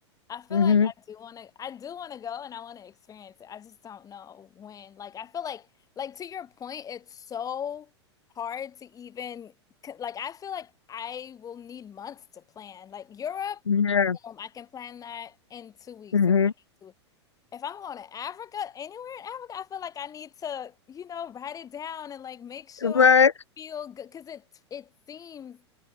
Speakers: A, on the left; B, on the left.
A: I feel
B: mhm.
A: like I do want to I do want to go and I want to experience it. I just don't know when. Like I feel like like to your point, it's so hard to even like I feel like I will need months to plan. Like Europe,
B: Yeah.
A: um, I can plan that in two weeks
B: hmm
A: if I need to. If I'm going to Africa, anywhere in Africa, I feel like I need to, you know, write it down and like make sure
B: Right.
A: I feel good because it it seems